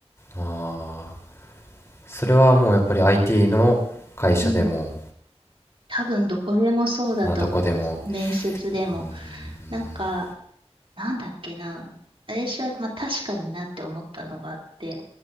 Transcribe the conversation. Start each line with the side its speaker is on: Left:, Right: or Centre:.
Left: ああーそれはもうやっぱり IT の会社でも
Right: うん、多分どこでもそうだと思います。
Left: あどこでも
Right: 面接でも。
Left: うん
Right: なんか、なんだっけな。私は、まあ、確かになって思ったのがあって、